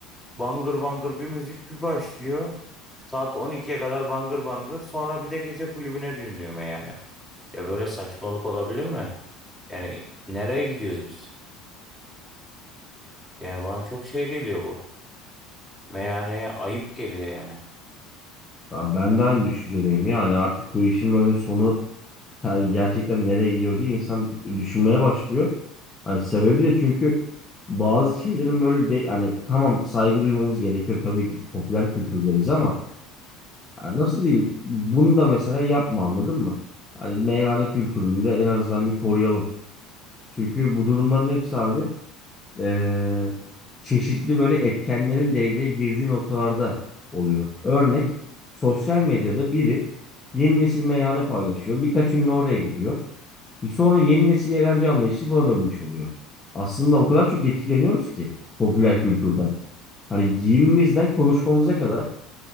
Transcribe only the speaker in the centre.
bangır bangır bir müzik bir başlıyor. Saat on ikiye kadar bangır bangır. Sonra bir de gece kulübüne dönüyorum yani. Ya böyle saçmalık olabilir mi? Yani nereye gidiyoruz biz? Yani bana çok şey geliyor bu. Meyhaneye ayıp geliyor yani.